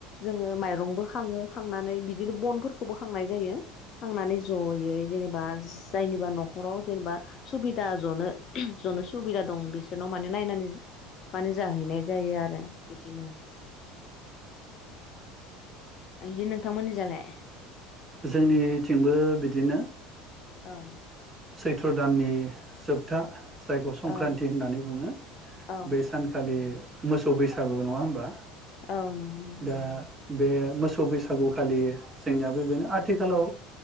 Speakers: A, on the left; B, on the right.
A: जोङो माइरंबो खााङो खांनानै बिद यिदिनो बनफोर खौबो खांनाय जायो खांनानै जयै जेनेबा जायनिबा न नखराव जेनेबा सुबिदा जनो जनो सुबिदा दं बिसोरनाव माने नायनानै माने जाहैनाय जायो आरो बिदिनो बिदि नोंथांमोननिजालाय
B: जोंनिथिंबो बिदिनो
A: औ
B: सुत्र दाननि जोबथा जायखौ संक्रान्ति
A: औ
B: होननानै बुङो
A: औ
B: बे सानखालि मोसौ बैसागु नङा होनबा
A: औ नंगौ नोंथां
B: दा बे मोसौ बैसागु फालियो जोंनियाबो बेनो आथिखालाव